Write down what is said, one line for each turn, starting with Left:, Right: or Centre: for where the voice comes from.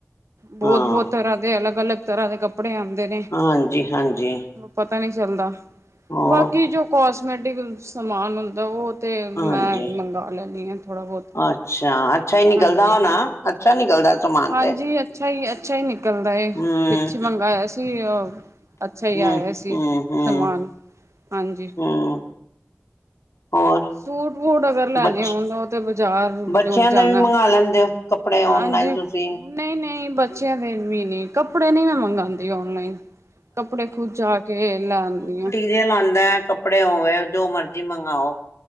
Right: ਬਹੁਤ
Left: ਹਾਂ
Right: ਬਹੁਤ ਤਰ੍ਹਾਂ ਦੇ ਅਲੱਗ- ਅਲੱਗ ਤਰ੍ਹਾਂ ਦੇ ਕੱਪੜੇ ਆਂਦੇ ਨੇ।
Left: ਹਾਂਜੀ ਹਾਂਜੀ
Right: ਪਤਾ ਨਹੀਂ ਚੱਲਦਾ,
Left: ਹੋਰ
Right: ਬਾਕੀ ਜੋ ਕੋਸਮੈਟਿਕ ਸਮਾਨ ਹੁੰਦਾ ਉਹ ਤੇ ਮੈਂ
Left: ਹਾਂਜੀ
Right: ਮੰਗਾਂ ਲੈਂਦੀ ਆ ਥੋੜ੍ਹਾ ਬਹੁਤ,
Left: ਅੱਛਾ ਅੱਛਾ ਹੀ ਨਿਕਲਦਾ
Right: ਹਾਂਜੀ।
Left: ਹੋਣਾ ਅੱਛਾ ਨਿਕਲਦਾ ਸਮਾਨ
Right: ਹਾਂਜੀ
Left: ਤੇ।
Right: ਅੱਛਾ ਹੀ ਅੱਛਾ ਹੀ ਨਿਕਲਦਾ ਏ,
Left: ਹੂੰ
Right: ਪਿੱਛੇ ਮੰਗਾਇਆ ਸੀ ਉਹ ਅੱਛਾ ਆਇਆ
Left: ਹੂੰ
Right: ਸੀ
Left: ਹੂੰ ਹੂੰ
Right: ਸਮਾਨ ਹਾਂਜੀ।
Left: ਹੂੰ ਹੋਰ?
Right: ਸੂਟ, ਬੂਟ ਅਗਰ ਲੈਣੇ
Left: ਬੱਚ
Right: ਹੋਣ ਉਹ ਤੇ ਬਜ਼ਾਰ ਬਜ਼ੂਰ
Left: ਬੱਚਿਆਂ ਦੇ
Right: ਜਾਣਾ,
Left: ਵੀ ਮੰਗਵਾ ਲੈਂਦੇ ਹੋ ਕੱਪੜੇ ਔਨਲਾਈਨ
Right: ਹਾਂਜੀ।
Left: ਤੁਸੀਂ
Right: ਨਹੀਂ ਨਹੀਂ, ਬੱਚਿਆਂ ਦੇ ਵੀ ਨਹੀਂ ਕੱਪੜੇ ਨਹੀਂ ਮੈਂ ਮੰਗਾਂ ਦੀ ਔਨਲਾਈਨ। ਕੱਪੜੇ ਖ਼ੁਦ ਜਾ ਕੇ ਲੈ ਆਉਣੀ ਆ।
Left: ਤੇਲ ਆਂਦਾ, ਕੱਪੜੇ ਹੋਵੇ ਜੋ ਮਰਜ਼ੀ ਮੰਗਾ ਓ।